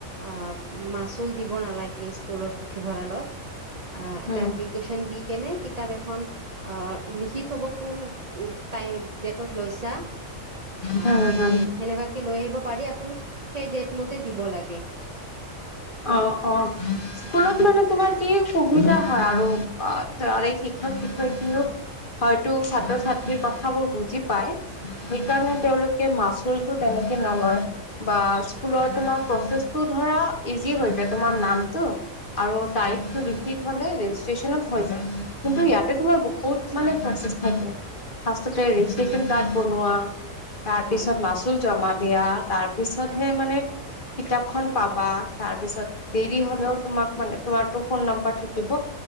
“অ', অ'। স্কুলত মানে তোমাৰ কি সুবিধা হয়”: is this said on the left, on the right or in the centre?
Left